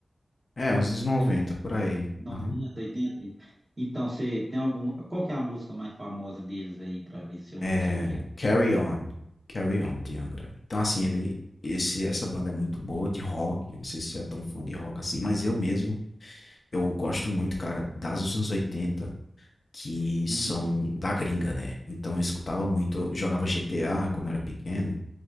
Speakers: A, on the left; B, on the right.
A: É, uns dos 90
B: É
A: por aí.
B: 90,
A: Aham.
B: 80. Então, você tem alguma, qual que é a música mais famosa deles aí, pra ver se eu,
A: É,
B: se eu me recordo?
A: Carry On. Carry On, de Angra. Então, assim, ele, esse, essa banda é muito boa de rock. Não sei se você é tão fã de rock assim, mas eu mesmo, eu gosto muito, cara, das dos anos 80 que são
B: Uhum,
A: da gringa, né? Então, eu escutava muito, eu jogava GTA quando eu era pequeno,